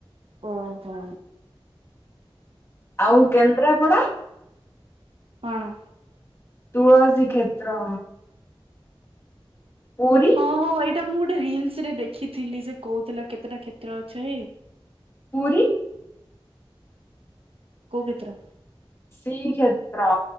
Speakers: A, on the right; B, on the left.
A: ଓହୋ।
B: ଆଉ କେନ୍ଦ୍ରାପଡା?
A: କଣ?
B: ତୁଳସୀ କ୍ଷେତ୍ର। ପୁରୀ
A: ହଁ ହଁ ଏ ଏଇଟା ମୁଁ ଗୋଟେ ରିଲସ ରେ ଦେଖିଥିଲି ଯେ କୋଉଥିଲା କେତେଟା କ୍ଷେତ୍ର ଅଛି।
B: ପୁରୀ।
A: କୋଉ କ୍ଷେତ୍ର?
B: ଶ୍ରୀକ୍ଷେତ୍ର